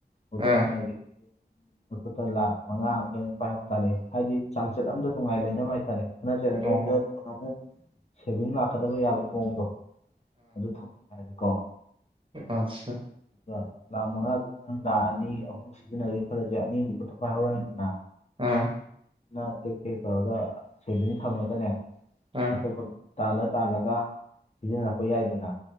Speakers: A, on the left; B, on the right.
A: ꯍꯧꯗꯣꯛꯃꯤꯟꯅꯒꯤ
B: ꯑꯥ
A: ꯅꯈꯨꯠꯇ ꯂꯥꯛ ꯃꯉꯥ ꯑꯝ ꯀꯩꯃ ꯄꯥꯏꯍꯧ ꯇꯥꯔꯦ ꯍꯥꯏꯗꯤ ꯆꯥꯡꯆꯠ ꯑꯃꯗ ꯅꯨꯡꯉꯥꯏ ꯂꯩꯅꯕ ꯍꯥꯏꯇꯥꯔꯦ ꯗꯨꯗ
B: ꯑꯣ
A: ꯀꯅꯣ ꯃꯨꯛ ꯁꯦꯚꯤꯡ ꯂꯥꯛꯀꯗꯕ ꯌꯥꯕꯩ ꯃꯑꯣꯡꯗꯣ ꯑꯗꯨ ꯊꯝ ꯀꯣ
B: ꯑꯠꯁꯥ
A: ꯗꯨꯒ ꯂꯥꯛ ꯃꯉꯥꯗꯨꯗꯩ ꯅꯪ ꯂꯥꯛ ꯑꯅꯤ ꯑꯍꯨꯝ ꯁꯤꯖꯤꯟꯅꯒꯦ ꯈꯜꯂꯖꯨ ꯌꯥꯏ ꯑꯅꯤ ꯑꯝꯗꯤ ꯈꯨꯠꯇ ꯄꯥꯏ ꯍꯧꯔꯅꯤꯗꯅꯥ
B: ꯑꯝ
A: ꯅꯪꯅ ꯇꯦꯛ ꯇꯦꯛ ꯇꯧꯔꯒ ꯁꯦꯚꯤꯡ ꯊꯝꯃꯒꯅꯦ
B: ꯑꯥ
A: ꯑꯇꯣꯞꯄ ꯇꯥꯜꯂ ꯇꯥꯜꯂꯒ ꯁꯤꯖꯤꯟꯅꯔꯛꯄ ꯌꯥꯏꯗꯅꯥ